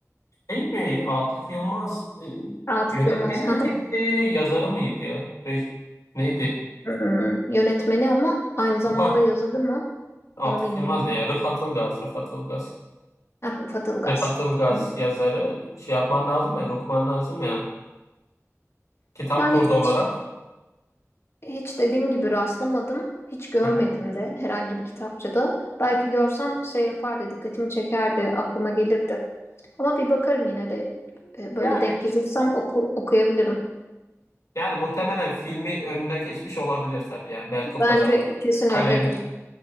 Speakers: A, on the left; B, on the left.
A: Şey mi? Atıf Yılmaz e,
B: Atıf
A: yönetmeni
B: Yılmaz.
A: miydi?
B: <laughs>
A: Yazarı mıydı ya? Ve- neydi?
B: Hmm, Yönetmeni ama aynı zamanda
A: Rıfat.
B: yazarı mı
A: Atıf
B: onu bilmiyorum.
A: Yılmaz ne ya? Rıfat Ilgaz. Rıfat Ilgaz.
B: Heh, Rıfat Ilgaz.
A: Rıfat Ilgaz
B: Hı.
A: yazarı. Şey yapman lazım bence. Okuman lazım yani. Kitap
B: Yani
A: kurdu
B: hiç,
A: olarak.
B: hiç dediğim gibi rastlamadım. Hiç görmedim
A: Hı hı.
B: de herhangi bir kitapçıda. Belki görsem şey yapardı, dikkatimi çekerdi, aklıma gelirdi. Ama bir bakarım yine de. E,
A: Yani
B: Böyle denk gelirsem oku, okuyabilirim.
A: yani muhtemelen filmi önüne geçmiş olabilir tabii yani belki o
B: Bence
A: kadar.
B: kesin
A: Kalemi
B: öyledir.